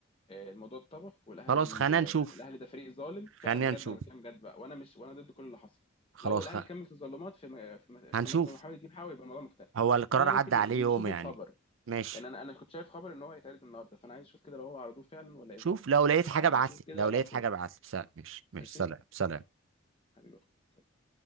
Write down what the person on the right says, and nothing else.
خلاص خلينا نشوف
خلينا
نشوف
خلاص
خ...
هنشوف
هو القرار
عدى
عليه
يوم
يعني
ماشي
شوف
لو لقيت حاجة
ابعتلي
لو
لقيت حاجة
ابعتلي سلام ماشي ماشي
سلام سلام